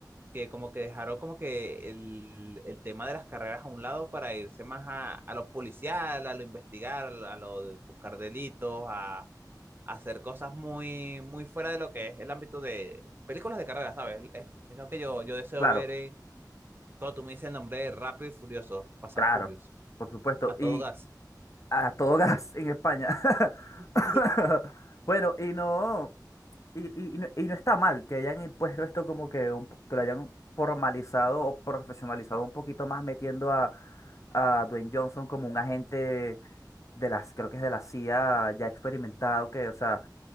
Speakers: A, on the right (about 30°); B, on the left (about 45°).
A: que como que dejaron como que el, el tema de las carreras a un lado para irse más a, a lo policial, a lo investigar, a lo de buscar delitos, hacer cosas muy, muy fuera de lo que es el ámbito de películas de carreras ¿sabes? Es, es lo que yo, yo deseo
B: Claro,
A: ver en, cuando tú me dices el nombre de Rápido y Furioso, Fast
B: claro,
A: and Furious,
B: por supuesto.
A: a
B: Y
A: todo gas,
B: a todo <laughs> gas en España.
A: <laughs>
B: <laughs> Bueno, y no. Y, y- y no y no está mal que hayan impuesto esto como que, un po- que lo hayan formalizado o profesionalizado un poquito más metiendo a, a Dwayne Johnson como un agente de las, creo que es de la CIA ya experimentado, que, o sea,